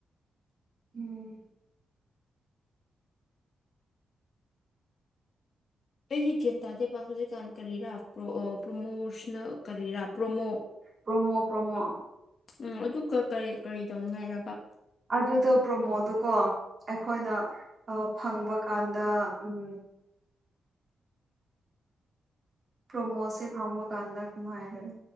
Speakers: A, on the right; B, on the left.
A: ꯎꯝ
B: ꯑꯩꯗꯤ ꯒ꯭ꯌꯥꯟ ꯇꯥꯗꯦꯕ ꯍꯧꯖꯤꯛꯀꯥꯟ ꯀꯔꯤꯔꯥ ꯄ꯭ꯔꯣ ꯄ꯭ꯔꯣꯃꯣꯁꯅꯦꯜ ꯀꯔꯤꯔꯥ ꯄ꯭ꯔꯣꯃꯣ
A: ꯄ꯭ꯔꯣꯃꯣ ꯄ꯭ꯔꯣꯃꯣ
B: ꯎꯝ ꯑꯗꯨꯀꯥ ꯀꯔꯤ ꯀꯔꯤ ꯇꯧꯅꯤꯉꯥꯏꯔꯕ
A: ꯑꯗꯨꯗꯣ ꯄ꯭ꯔꯣꯃꯣꯗꯨꯀꯣ ꯑꯩꯈꯣꯏꯅ ꯑꯥ ꯐꯪꯕ ꯀꯥꯟꯗ ꯎꯝ ꯄ꯭ꯔꯣꯃꯣꯁꯦ ꯐꯪꯕ ꯀꯥꯟꯗ ꯀꯃꯥꯏ ꯍꯥꯢꯗꯣꯢꯅꯣ